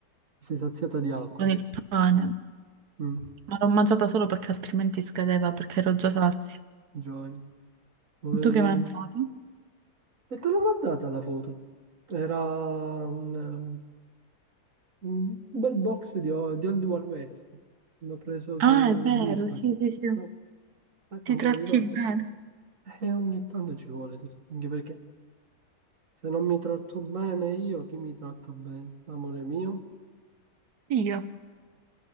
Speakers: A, on the right; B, on the right.
A: sei saziata di alcol.
B: con il pane,
A: Mm.
B: ma l'ho mangiata solo perché altrimenti scadeva, perché ero già sazia.
A: Giovanni, poverino.
B: Tu che hai mangiato?
A: E te l'ho mandata la foto. Era un, eh, un bel box di, o- di Old Wild West. L'ho preso su
B: Ah, è vero,
A: Discord.
B: sì, sì, sì.
A: No, eh,
B: Ti
A: non
B: tratti
A: te lo ricordo.
B: bene.
A: E ogni tanto ci vuole, tesoro, anche perché se non mi tratto bene io, chi mi tratta bene? Amore mio?
B: Io?